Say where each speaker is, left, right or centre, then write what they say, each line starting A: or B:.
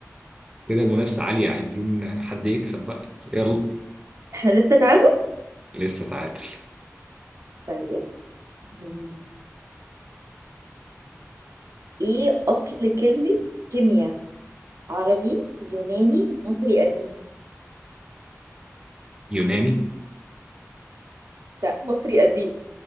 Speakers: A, on the right; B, on the right.
A: كده المنافسة عالية عايزين حد يكسب بقى يلا
B: احنا لسه تعادل
A: لسه تعادل
B: طيب مم. ايه اصل كلمه كيمياء عربي يوناني مصري قديم
A: يوناني
B: لا مصري قديم